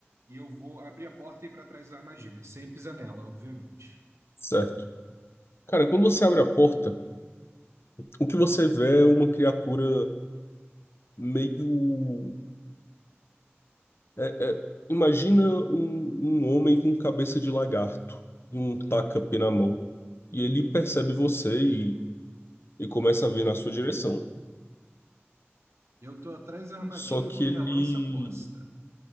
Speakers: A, on the right; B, on the left.
A: e eu vou abrir a porta e ir para trás da armadilha, sem pisar nela, obviamente.
B: certo? Cara, quando você abre a porta, o que você vê é uma criatura meio. é- é- imagina um, um homem com cabeça de lagarto e um tacape
A: Uhum.
B: na mão. E ele percebe você e, e começa a vir na sua direção.
A: Eu tô atrás da armadilha
B: Só que
A: com minha
B: ele
A: lança posta.